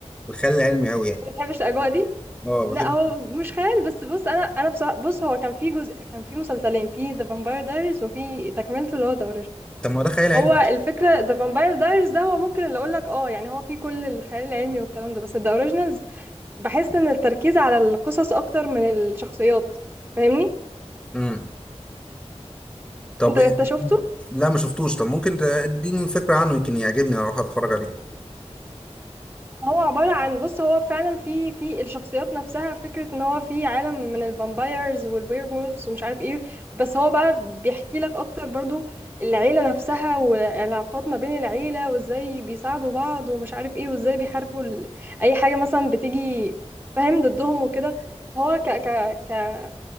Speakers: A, in the centre; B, on the right.
A: الخيال العلمي قوي يعني
B: ما بتحبش الاجواء دي
A: اه بحب
B: لا هو مش خيال بس بص انا انا بصراحة بص هو كان في جزء كان في مسلسلين في ذا فامباير دايريز وفي تكملته اللي هو ذا اوريجينال
A: طب ما ده خيال علمي
B: هو الفكرة ذا فامباير دايريز ده هو ممكن اللي اقول لك اه يعني هو فيه كل الخيال العلمي والكلام ده بس ذا اوريجينالز بحس ان التركيز على القصص اكتر من الشخصيات فاهمني
A: امم طب
B: انت انت
A: إيه؟
B: شفته
A: لا ما شفتوش طب ممكن تديني فكره عنه يمكن يعجبني اروح اتفرج عليه
B: هو عبارة عن بص هو فعلا في في الشخصيات نفسها فكرة ان هو في عالم من الفامبايرز والوير وولفز ومش عارف ايه بس هو بقى بيحكي لك اكتر برضو العيلة نفسها والعلاقات ما بين العيلة وازاي بيساعدوا بعض ومش عارف ايه وازاي بيحاربوا ال... اي حاجة مثلا بتيجي فاهم ضدهم وكده هو ك... ك... ك...